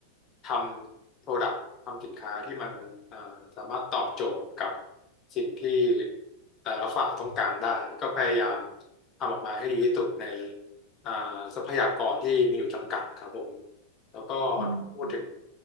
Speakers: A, on the left (about 30°); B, on the left (about 75°).
A: ทำ Product ทำสินค้าที่มันอ่าสามารถตอบโจทย์กับสิ่งที่แต่ละฝ่ายต้องการได้ก็พยายามทำออกมาให้ดีที่สุดในอ่าทรัพยากรที่มีอยู่จำกัดครับผม แล้วก็
B: อืม
A: พูดถึง